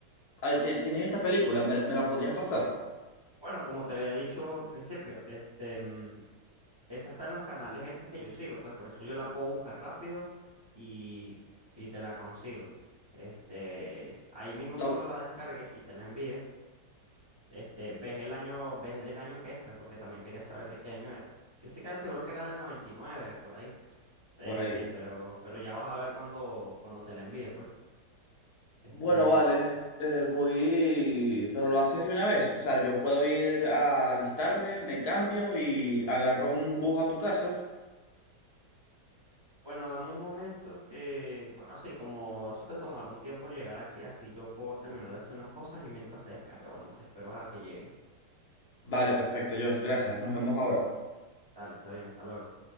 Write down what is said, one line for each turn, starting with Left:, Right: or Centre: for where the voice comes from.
Left: ah, ti- ¿tienes esta película? ¿Me, me la podrías pasar?
Right: Bueno, como te había dicho al principio, este, mm, esa está en los canales esas que yo sigo, pues por eso yo la puedo buscar rápido y, y te la consigo. Este, ahí mismo
Left: La-
Right: cuando la descargue y te la envíe, este, ves el año, ves del año que es, pues, porque también quería saber de qué año era. Yo estoy casi seguro que era del 99 por ahí. Este,
Left: por ahí.
Right: pero, pero ya vas a ver cuando, cuando te la envíe, pues. Este,
Left: Bueno, vale, eh, voy, pero lo haces de una vez. O sea, yo puedo ir a alistarme, me cambio y agarro un bus a tu casa.
Right: bueno, dame un momento que, bueno, sí, como eso te tomará un tiempo llegar aquí, así yo puedo terminar de hacer unas cosas y mientras se descarga, bueno, te espero a que llegue.
Left: Vale, perfecto, Josh, gracias. Nos vemos ahora.
Right: Dale, está bien, hasta luego.